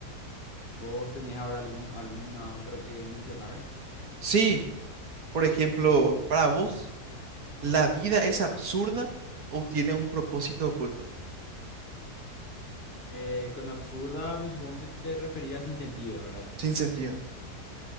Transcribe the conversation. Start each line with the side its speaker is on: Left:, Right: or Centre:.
Left: ¿Vos tenés ahora algún, alguna otra que mencionar?
Right: Sí, por ejemplo, para vos, ¿la vida es absurda o tiene un propósito oculto,
Left: Eh, con absurda me supongo que te referías sin sentido, ¿verdad?
Right: sin sentido?